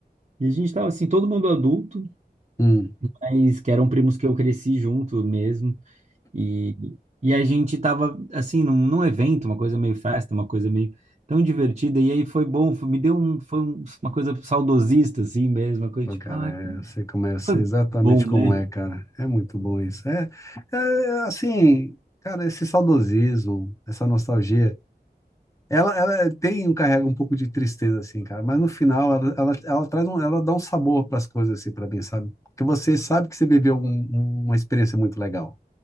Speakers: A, on the right; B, on the left.
A: E a gente estava assim, todo mundo adulto,
B: hum.
A: mas que eram primos que eu cresci junto mesmo. E, e a gente tava, assim, num, num evento, uma coisa meio festa, uma coisa meio tão divertida. E aí foi bom, foi- me deu um, foi um- uma coisa saudosista, assim mesmo, uma coisa
B: Pô,
A: tipo,
B: cara,
A: ah, como
B: é, eu sei como é, eu sei
A: foi
B: exatamente
A: bom,
B: como
A: né?
B: é, cara. É muito bom isso. É, é assim, cara, esse saudosismo, essa nostalgia. Ela, ela tem, um, carrega um pouco de tristeza, assim, cara, mas no final ela, ela, ela traz um, ela dá um sabor para as coisas, assim, para mim, sabe? Porque você sabe que você viveu um- um- uma experiência muito legal.